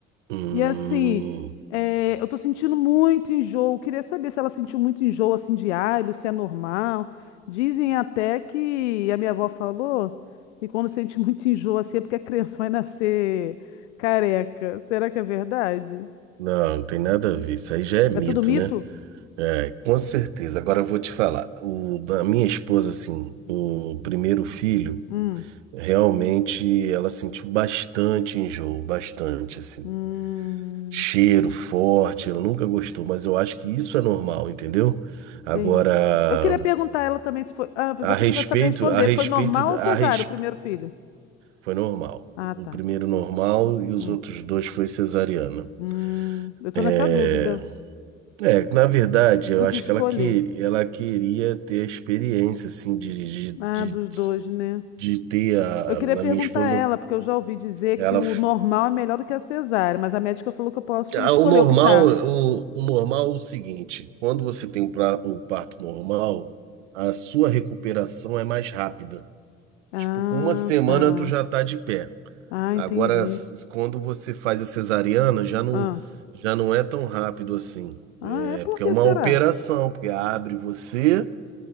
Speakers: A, on the right (about 70°); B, on the left (about 70°).
A: Hum,
B: E assim, é, eu tô sentindo muito enjoo. Queria saber se ela sentiu muito enjoo assim diário, se é normal. Dizem até que a minha avó falou que quando sente <laughs> muito enjoo assim é porque a criança vai nascer careca. Será que é verdade?
A: não, não tem nada a ver. Isso aí já é mito,
B: É tudo mito?
A: né? É, com certeza. Agora eu vou te falar. O da minha esposa, assim, o primeiro filho,
B: Hum.
A: realmente ela sentiu bastante enjoo, bastante, assim.
B: Hum.
A: Cheiro forte, ela nunca gostou, mas eu acho que isso é normal, entendeu? Agora,
B: Entendi. Eu queria perguntar a ela também se foi. Ah, apesar
A: a respeito,
B: que você vai saber responder.
A: a respeito,
B: Foi normal ou
A: a
B: cesárea
A: res...
B: o primeiro filho?
A: foi normal.
B: Ah,
A: O
B: tá.
A: primeiro normal e os
B: Hum.
A: outros dois foi cesariana.
B: Hum, eu tô
A: É,
B: nessa dúvida
A: É, na verdade, eu
B: do
A: acho
B: que escolher.
A: que ela, que, ela queria ter a experiência, assim, de, de,
B: Ah, dos
A: de,
B: dois, né?
A: de ter a,
B: Eu queria
A: na
B: perguntar
A: minha esposa,
B: a ela, porque eu já ouvi dizer
A: ela,
B: que o normal é melhor do que a cesárea, mas a médica falou que eu posso
A: ah,
B: escolher,
A: o normal,
B: optar.
A: o, o normal é o seguinte, quando você tem o, pra- o parto normal, a sua recuperação é mais rápida.
B: Ah,
A: Tipo, com uma semana
B: tá.
A: tu já tá de pé.
B: Ah,
A: Agora,
B: entendi.
A: s- quando você faz a cesariana, já não,
B: Ah,
A: já não é tão rápido assim.
B: ah
A: É
B: é por
A: porque
B: que
A: é uma
B: será?
A: operação, porque abre você